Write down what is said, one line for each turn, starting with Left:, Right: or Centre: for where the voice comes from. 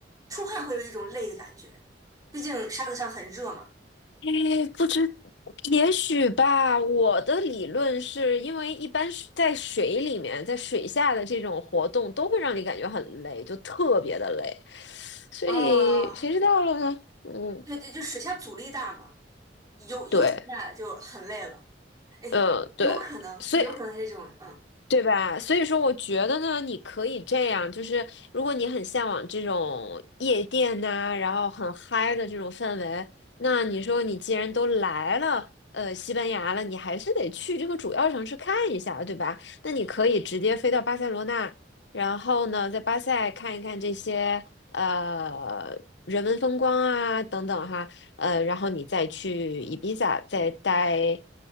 Right: 出汗会有一种累的感觉？毕竟沙子上很热嘛。
Left: 哎，不知，也许吧。我的理论是因为一般是在水里面，在水下的这种活动都会让你感觉很累，就特别的累。所以谁知道了呢？
Right: 啊，
Left: 嗯，
Right: 对对，就水下阻力大嘛。有有几下就很累了。
Left: 对，
Right: 哎，
Left: 嗯，
Right: 有可能，
Left: 对。所以。
Right: 有可能是这种，嗯
Left: 对吧？所以说，我觉得呢，你可以这样，就是如果你很向往这种夜店呐、然后很嗨的这种氛围，那你说你既然都来了，呃，西班牙了，你还是得去这个主要城市看一下，对吧？那你可以直接飞到巴塞罗那，然后呢，在巴塞看一看这些呃人文风光啊等等哈，呃，然后你再去伊比萨再待